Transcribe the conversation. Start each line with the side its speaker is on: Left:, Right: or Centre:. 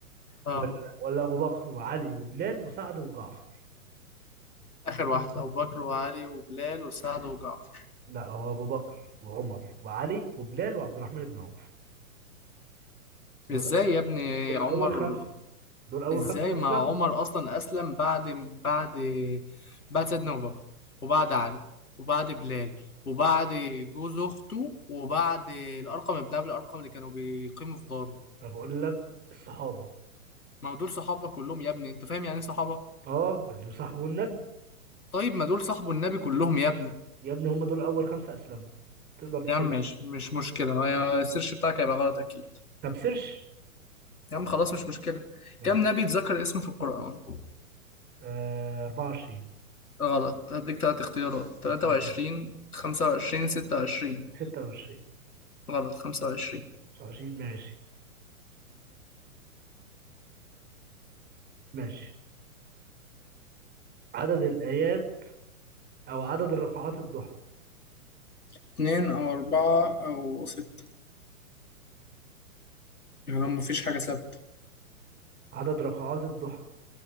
Left: آه
Right: ولا ولا ابو بكر وعلي وبلال وسعد وجعفر
Left: آخر واحدة أبو بكر وعلي وبلال وسعد وجعفر
Right: لا هو ابو بكر وعمر وعلي وبلال وعبد الرحمن بن عوف دول
Left: ازاي
Right: أو...
Left: يا ابني
Right: دول
Left: عمر
Right: اول خمسه دول اول
Left: ازاي
Right: خمسه
Left: ما
Right: اسلموا
Left: عمر اصلا اسلم بعد بعد بعد سيدنا ابو بكر وبعد علي وبعد بلال وبعد جوز اخته وبعد الارقم ابن ابي الارقم اللي كانوا بيقيموا في داره
Right: انا بقول لك الصحابه
Left: ما هو دول صحابه كلهم يا ابني انت فاهم يعني ايه صحابه
Right: اه اللي صاحبوا النبي
Left: طيب ما دول صاحبه النبي كلهم يا ابني
Right: يا ابني هم دول اول خمسه اسلموا تقدر تسيرش
Left: يا عم ماشي مش مشكلة هي السيرش بتاعك هيبقى غلط أكيد
Right: طب سيرش
Left: يا عم خلاص مش مشكلة
Right: ماشي
Left: كم نبي اتذكر اسمه في القرآن؟
Right: آه 24
Left: غلط هديك تلات اختيارات تلاتة
Right: اديني
Left: وعشرين خمسة وعشرين ستة وعشرين
Right: 26
Left: غلط خمسة وعشرين
Right: 29 ماشي ماشي عدد الآيات أو عدد ركعات الضحى
Left: اتنين أو أربعة أو ستة يعني لو مفيش حاجة ثابتة
Right: عدد ركعات الضحى